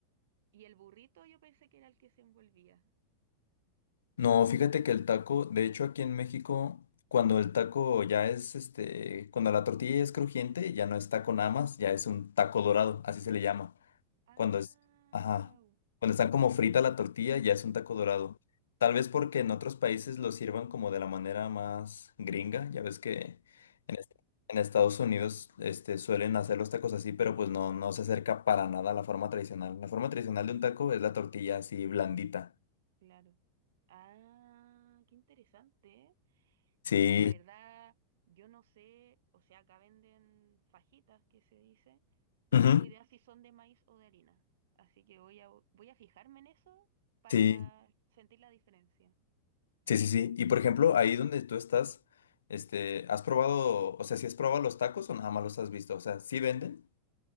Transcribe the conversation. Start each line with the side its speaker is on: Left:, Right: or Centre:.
Right: Y el burrito yo pensé que era el que se envolvía.
Left: No, fíjate que el taco, de hecho aquí en México, cuando el taco ya es, este, cuando la tortilla es crujiente, ya no es taco nada más, ya es un taco dorado, así se le llama.
Right: Ah,
Left: Cuando es, ajá,
Right: wow.
Left: cuando están como frita la tortilla, ya es un taco dorado. Tal vez porque en otros países lo sirvan como de la manera más gringa, ya ves que en, est- en Estados Unidos, este, suelen hacer los tacos así, pero pues no, no se acerca para nada a la forma tradicional. La forma tradicional de un taco es la tortilla así blandita.
Right: claro. Ah, qué interesante, ¿eh?
Left: Sí.
Right: Mira, la verdad, yo no sé, o sea, acá venden fajitas, que se dice. No
Left: Ujú.
Right: tengo idea si son de maíz o de harina. Así que voy a, voy a fijarme en eso para
Left: Sí,
Right: sentir la diferencia.
Left: sí, sí, sí. Y por ejemplo, ahí donde tú estás, este, ¿has probado, o sea, si has probado los tacos o nada más los has visto? O sea, ¿sí venden?